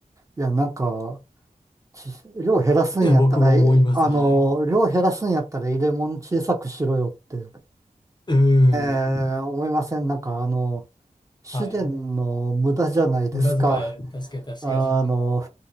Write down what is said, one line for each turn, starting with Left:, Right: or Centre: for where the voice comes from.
Right: いや、なんか、ち量減らすんやったら、
Left: いや、僕も思います。
Right: いあの、
Left: はい。
Right: 量減らすんやったら入れ物小さくしろよって、
Left: うん。
Right: えー思いません。なんか、あの、資源の無駄じゃないですか。
Left: はい。無駄遣い、確かに確か
Right: あの、